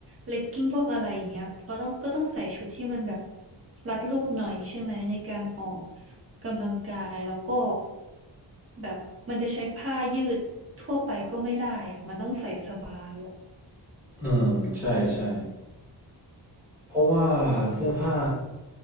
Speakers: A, on the right; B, in the centre.
A: เลกกิ้งพวกอะไรอย่างเงี้ยก็ต้องก็ต้องใส่ชุดที่มันแบบรัดรูปหน่อยใช่ไหมในการออกกำลังกายแล้วก็ แบบมันจะใช้ผ้ายืดทั่วไปก็ไม่ได้อะมันต้องใส่สบายอะ
B: อืม ใช่ใช่ เพราะว่าเสื้อผ้า